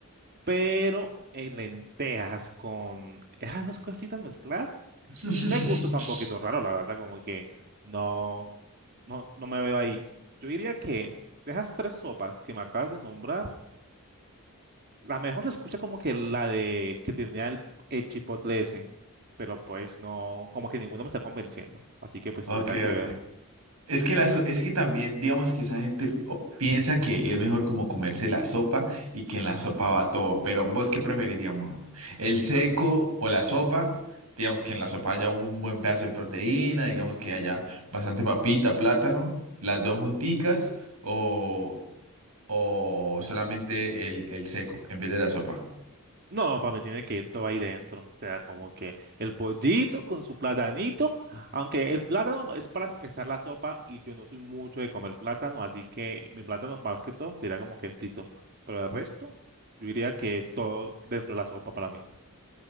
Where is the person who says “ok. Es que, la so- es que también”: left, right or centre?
Right